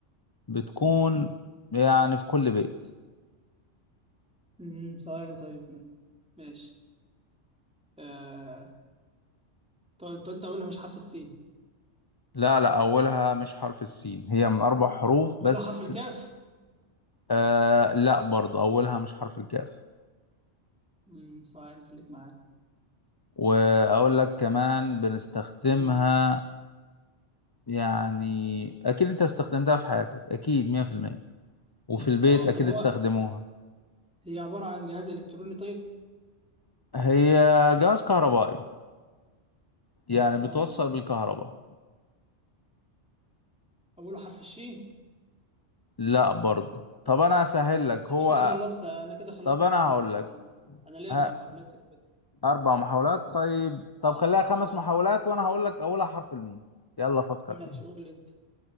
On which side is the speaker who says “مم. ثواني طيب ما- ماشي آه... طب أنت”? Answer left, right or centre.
Centre